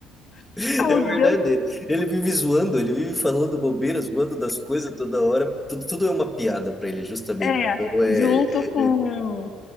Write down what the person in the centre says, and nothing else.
É
verdade. Ele vive zoando, ele vive falando bobeira, zoando das coisas toda hora. Tudo, tudo é uma piada para ele, justamente.
Então é.
Ele...